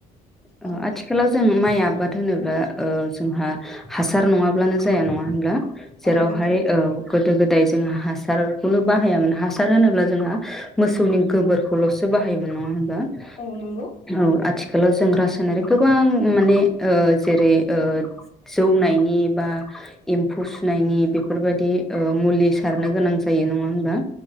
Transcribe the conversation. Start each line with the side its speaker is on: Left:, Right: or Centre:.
Centre: ओ
Left: औ
Centre: आथिखालाव जों माइ आबाद होनोब्ला ओ जोंहा हासार नङाब्लानो जाया नङा होनब्ला? जेरावहाय
Left: औ नंगौ
Centre: औ गोदो गोदाय जों हासारखौनो बाहायामोन हासार होनोब्ला जोंहा मोसौनि गोबोरखौल'सो बाहायोमोन नङा होनबा?
Left: औ नंगौ
Centre: <unintelligible> औ आथिखालाव जों रासायनारि गोबां माने ओ जेरै जौनायनि बा एम्फौ सुनायनि बेफोरबायदि मुलि सारनो गोनां जायो नङा होनबा